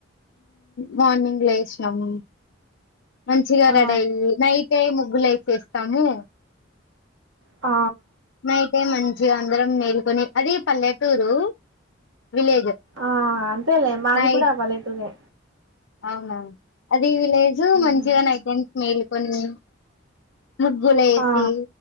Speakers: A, on the left; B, on the right.
A: మార్నింగ్ లో వేసినాము మంచిగా
B: ఆ
A: రెడయి నైట్ ము డబ్బులైసేస్తాము
B: ఆ
A: నైతే మ జీ అందరం మేల్కొని అది పల్లెటూరు విలేజ్
B: ఆ అంతేలే మాది
A: నైట్
B: కూడా పలకులుగాే
A: అవునా అది విలేజ్
B: ఉమ్,
A: మంచి జీవన్ యితే అంత మేలి పనీ ముగ్గులు వేసి
B: ఆ